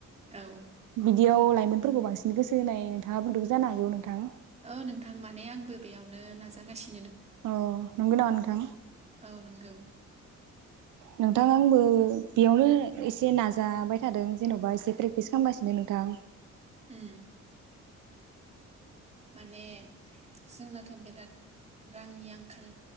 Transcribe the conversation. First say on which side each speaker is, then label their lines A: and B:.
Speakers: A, on the right; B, on the right.
A: औ
B: बिदियाव लाइमोन फोरखौ बांसिन गोसो होनाय नोंथाङाबो नुदो जानो हागौ नोंथां।
A: औ नोंथां माने आंबो बेयावनो नाजागासि
B: अ' नंगौ नामा नोंथां?
A: औ नंगौ
B: नोंथां आंबो बेयावनो एसे नाजाबाय थादों जेन'बा एसे प्रेक्टिस खालामगासिनो नोंथां
A: उम माने जोंनाथ' बिराद रांनि आंखाल